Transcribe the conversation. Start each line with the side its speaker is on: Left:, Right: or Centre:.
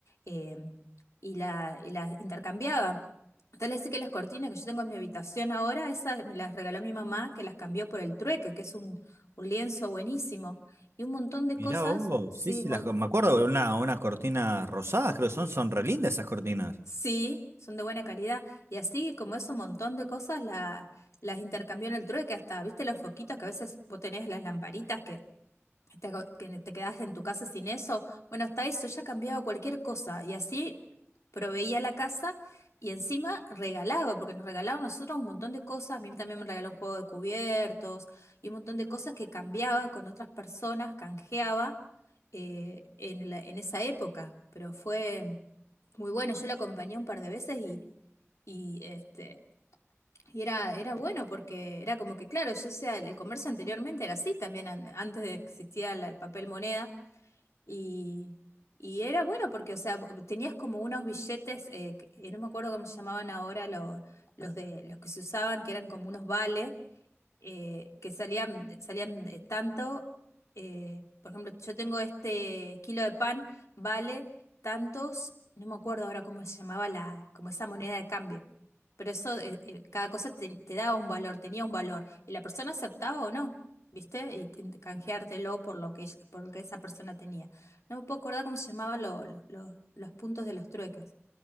Left: eh, y la, y la intercambiaba. Tal es que las cortinas que yo tengo en mi habitación ahora, esas me las regaló mi mamá, que las cambió por el trueque, que es un, un lienzo buenísimo. Y un montón de
Right: Mirá
Left: cosas,
Right: vos,
Left: sí,
Right: sí, sí,
Left: mon-
Right: las, co- me acuerdo de una, unas cortinas rosadas, creo que son, son re lindas esas cortinas.
Left: sí, son de buena calidad. Y así como eso, un montón de cosas la- las intercambió en el trueque, hasta, ¿viste los foquitos que a veces vos tenés las lamparitas que te, aco- que te quedas en tu casa sin eso. Bueno, hasta eso ya cambiaba cualquier cosa y así proveía la casa y encima regalaba, porque nos regalaban a nosotros un montón de cosas. A mí también me regaló un juego de cubiertos y un montón de cosas que cambiaba con otras personas, canjeaba eh, en la- en esa época. Pero fue muy bueno. Yo lo acompañé un par de veces y, y este. Y era, era bueno porque era como que, claro, yo, o sea, el, comercio anteriormente era así también, an- antes de que existía la- el papel moneda, y, y era bueno porque, o sea, vo- tenías como unos billetes, eh, que- eh, no me acuerdo cómo se llamaban ahora los, los de, los que se usaban, que eran como unos vales, eh, que salían, salían eh, tanto, eh, por ejemplo, yo tengo este kilo de pan, vale tantos, no me acuerdo ahora cómo se llamaba la, como esa moneda de cambio, pero eso, eh, eh, cada cosa te, te daba un valor, tenía un valor, y la persona aceptaba o no, ¿viste? Y te- te- canjeártelo por lo que, ella- por lo que esa persona tenía. No me puedo acordar cómo se llamaban lo- lo- lo- los puntos de los trueques.